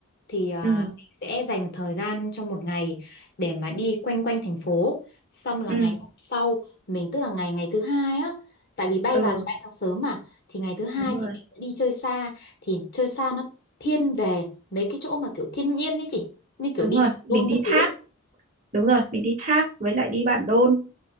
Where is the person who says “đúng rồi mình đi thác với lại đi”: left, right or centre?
Right